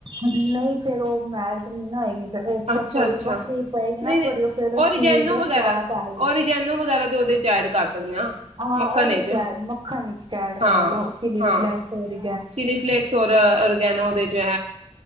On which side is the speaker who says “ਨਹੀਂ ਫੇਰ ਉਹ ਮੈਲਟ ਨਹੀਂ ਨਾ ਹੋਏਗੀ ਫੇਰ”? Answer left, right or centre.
Right